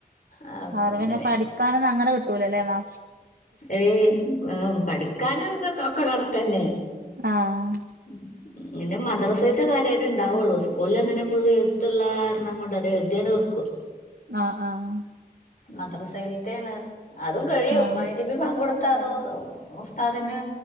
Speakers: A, on the left; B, on the right.
A: ആഹ് അപ്പൊ
B: അവിടെങ്ങെനെ
A: അങ്ങനെ
B: പഠിക്കാനന്ന അങ്ങനെ കിട്ടൂലല്ലേ മാ..
A: ഏയ് പഠിക്കാന ഇതൊ ഒക്കെ കണക്കന്നെ.
B: ആഹ
A: ഉംമ് പിന്നെ മദ്രസേത്തെ കാര്യയിട്ട് ഉണ്ടാവുള്ളൂ സ്കൂളിൽ അങ്ങനെ ഫുൾഎഴുത്ത്ള്ള കാരണം കൊണ്ട് അത് എഴുതിയണ്ട് വെക്കും.
B: ആഹ് ആഹ്
A: മദസൈലത്തെയാണ് അതും കഴിയും
B: ആഹ്
A: മഗ് രിബ് ബാങ്കൊടുത്ത അദ് ഉസ്താദിന്ന്